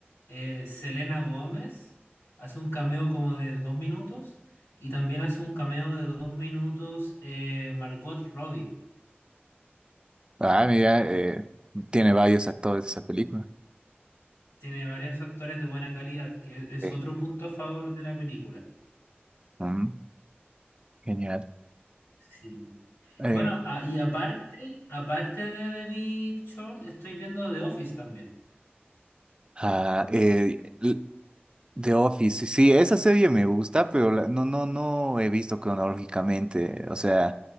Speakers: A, on the left (about 85°); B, on the right (about 25°).
A: eh, Selena Gómez hace un cameo como de dos minutos. Y también hace un cameo de dos minutos eh, Margot Robbie.
B: Ah, mira, eh, tiene varios actores de esa película.
A: Tiene varios actores de buena calidad, que es
B: Sí.
A: otro punto a favor de la película.
B: Mm, genial.
A: Sí.
B: Eh,
A: Bueno, a- y aparte, aparte de The Big Short, estoy viendo The Office también.
B: ah, eh, l- The Office, sí, esa serie me gusta, pero la- no, no, no he visto cronológicamente. O sea,